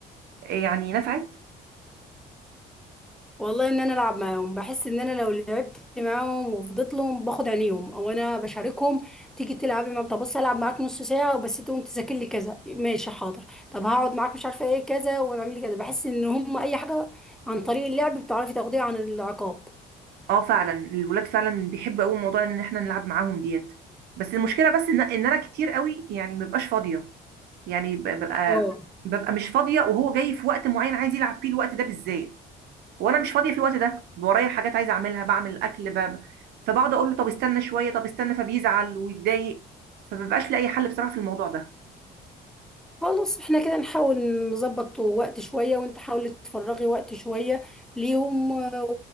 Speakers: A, on the right; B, in the centre.
A: آه، يعني نفعت
B: والله ان انا العب معاهم بحس ان انا لو لعبت معاهم وفضلت لهم باخد عليهم او انا بشاركهم تيجي تلعبي معاهم طب بص العب معاك نص ساعه وبس تقوم تذاكر لي كذا ماشي حاضر طب هقعد معاك مش عارفه ايه كذا واعمل لي كذا بحس ان هم اي حاجه عن طريق اللعب بتعرفي تاخديها عن العقاب
A: اه فعلا الولاد فعلا بيحبوا قوي موضوع ان احنا نلعب معاهم ديت بس المشكله بس ان, إن انا كتير قوي يعني ما ببقاش فاضيه يعني ب- ببقى
B: اه
A: ببقى مش فاضيه وهو جاي في وقت معين عايز يلعب فيه الوقت ده بالذات وانا مش فاضيه في الوقت ده ورايا حاجات عايزه اعملها بعمل اكل باب فبقعد اقول له طب استنى شويه طب استنى فبيزعل ويتضايق فمبقاش لاقي حل بصراحه في الموضوع ده ان
B: خلاص احنا كده نحاول نظبط وقت شوية وانت حاولي تفرغي وقت شوية ليهم و-